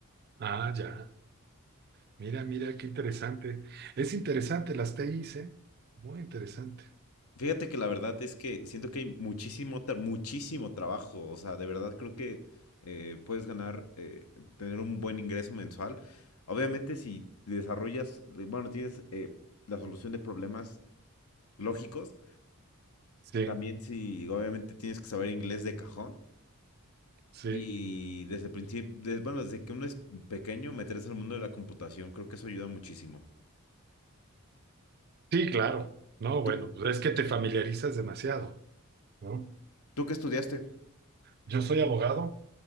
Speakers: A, on the right; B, on the left.
A: Ah, ya. Mira, mira, qué interesante. Es interesante las TIs, ¿eh? Muy interesante.
B: Fíjate que la verdad es que siento que hay muchísimo, tra- muchísimo trabajo. O sea, de verdad creo que eh, puedes ganar, eh, tener un buen ingreso mensual. Obviamente si desarrollas, eh, bueno, tienes eh, la solución de problemas lógicos.
A: Sí,
B: También si obviamente tienes que saber inglés de cajón.
A: sí.
B: Y desde el principio, des- bueno, desde que uno es pequeño, meterse en el mundo de la computación, creo que eso ayuda muchísimo.
A: Sí, claro. No, bueno,
B: ¿Tú,
A: pues es que te familiarizas demasiado, ¿no?
B: tú qué estudiaste?
A: Yo soy abogado,